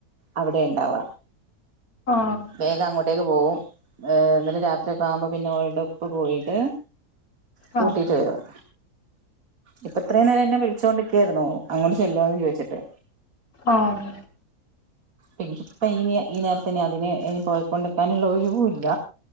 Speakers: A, on the right; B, on the left.
A: അവിടെ ഇണ്ടാവ
B: ആഹ്
A: വേഗം അങ്ങോട്ടേക്ക് പോവും. എന്നിട്ട് രാത്രിയൊക്കെ ആവുമ്പോ പിന്നെ ഓളുടെ ഉപ്പ പോയിട്ട് കൂട്ടിട്ട്
B: ആഹ്
A: വരും. ഇപ്പൊ ഇത്രയും നേരം എന്നെ വിളിച്ചോണ്ടിക്കായിരുന്നു അങ്ങോട്ട് ചെല്ലോന്ന് ചോയിച്ചിട്ട്.
B: ആഹ്.
A: പിന്നെ ഇപ്പ ഇങ്ങനെയാ ഈ നേരത്തെന്നെ അതിനെ ഇനി പോയിക്കോണ്ടിക്കാനുള്ള ഒഴിവൂല്ല.